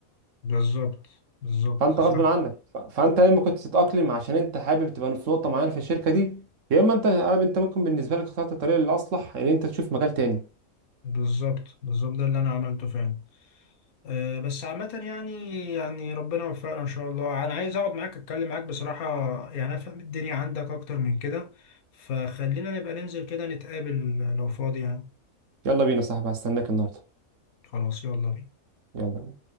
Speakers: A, on the left; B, on the right.
A: بالظبط بالظبط
B: فانت
A: صح
B: غصب عنك ف- فانت يا اما كنت تتاقلم عشان انت حابب تبقى في نقطه معينه في الشركه دي يا اما انت انت ممكن بالنسبه لك اخترت الطريقه الاصلح ان انت تشوف مجال تاني
A: بالظبط بالظبط ده اللي انا عملته فعلا أه بس عامة يعني يعني ربنا يوفقنا ان شاء الله انا عايز اقعد معاك اتكلم معاك بصراحة يعني افهم الدنيا عندك اكتر من كده فخلينا نبقى ننزل كده نتقابل لو فاضي يعني
B: يلا بينا يا صاحبي هستناك النهارده
A: خلاص يلا بينا
B: يلا بينا.